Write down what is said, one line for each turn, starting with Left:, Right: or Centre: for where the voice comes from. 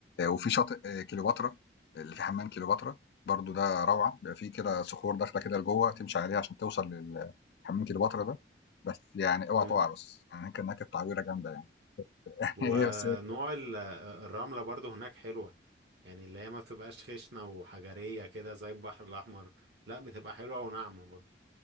Left: وفي شاطئ آه، كليوباترا، اللي في حمام كليوباترا، برضه ده روعة، بيبقى في كده صخور داخلة كده لجوّه تمشي عليها عشان توصل لل حمام كليوباترا ده، بس يعني أوعى
Right: <laughs>
Left: تقع بس، يعني هناك هناك التعويرة جامدة يعني.
Right: ونوع
Left: هي بس هي
Right: ال- الرملة برضو هناك حلوة يعني اللي هي ما بتبقاش خشنة وحجرية كده زي البحر الأحمر لا بتبقى حلوة وناعمة برضو